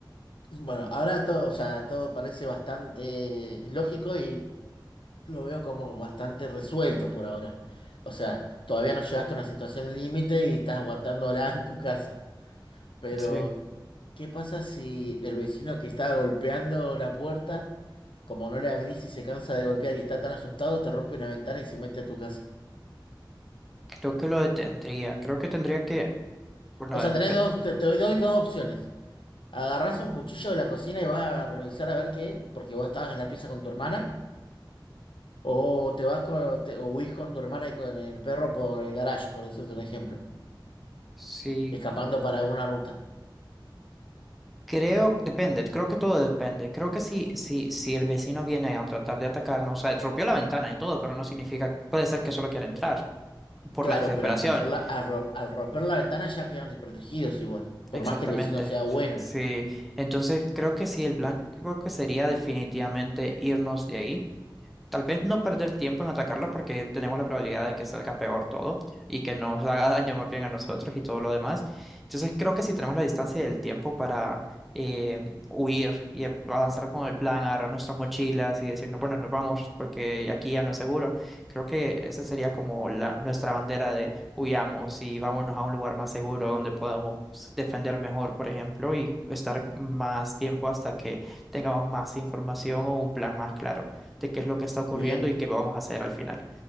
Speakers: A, on the left; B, in the centre.
A: Bueno, ahora todo, o sea, todo parece bastante lógico y lo veo como bastante resuelto por ahora. O sea, todavía no llegaste a una situación límite y estás aguantándola en tu casa. Pero,
B: Sí,
A: ¿qué pasa si el vecino que está golpeando la puerta, como no le abrís y se cansa de golpear y está tan asustado, te rompe una ventana y se mete a tu casa?
B: creo que lo detendría. Creo que tendría que, bueno,
A: O
B: dep-
A: sea, tenés dos, te, te doy dos opciones. Agarrás un cuchillo de la cocina y vas a revisar a ver qué, es, porque vos estabas en la pieza con tu hermana, o te vas con, te- o huís con tu hermana y con el perro por el garage, por decirte un ejemplo,
B: sí
A: escapando para alguna ruta.
B: Creo, depende, creo que todo depende. Creo que si, si, si el vecino viene a tratar de atacarnos, o sea, rompió la ventana y todo, pero no significa, puede ser que solo quiera entrar por
A: Claro,
B: la desesperación.
A: pero al romper la, al, ro- al romper la ventana ya quedan desprotegidos igual,
B: Exactamente.
A: por más que el vecino sea bueno.
B: Sí. sí. Entonces creo que sí, el plan creo que sería definitivamente irnos de ahí. Tal vez no perder tiempo
A: Sí,
B: en atacarlo porque tenemos la probabilidad de que salga peor todo y que nos haga <laughs> daño más bien a nosotros y todo lo demás. Entonces creo que si tenemos la distancia y el tiempo para eh, huir y avanzar con el plan, agarrar nuestras mochilas y decir, no, bueno, nos vamos porque aquí ya no es seguro, creo que esa sería como la, nuestra bandera de huyamos y vámonos a un lugar más seguro donde podamos defender mejor, por ejemplo, y estar más tiempo hasta que tengamos más información o un plan más claro de qué es lo que está ocurriendo
A: Bien.
B: y qué vamos a hacer al final.